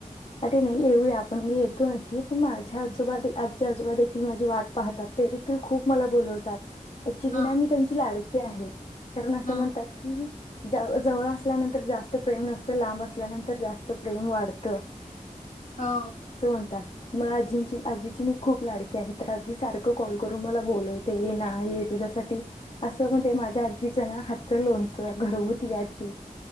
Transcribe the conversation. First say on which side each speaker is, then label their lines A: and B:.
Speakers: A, on the left; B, on the left.
A: अरे नाही! येऊया, आपण मी येतो नक्की पण माझ्या आजोबा आज आजोबा देखील माझी वाट पाहतात. ते देखील खूप मला बोलवतात. ऍक्च्युली
B: हा
A: ना मी त्यांची लाडकी की आहे. कारण असं
B: हा
A: म्हणतात की, जवळ असल्यानंतर जास्त प्रेम नसते, लांब असल्यानंतर जास्त <unintelligible> प्रेम वाढतं.
B: हो.
A: <unintelligible> मग आजींची आजीची मी खूप लाडकी आहेत. तर आजी सारखं कॉल करून मला बोलवते. ये ना ये तुझ्यासाठी असं म्हणजे, माझ्या आजीच ना हातच लो घर होती <unintelligible>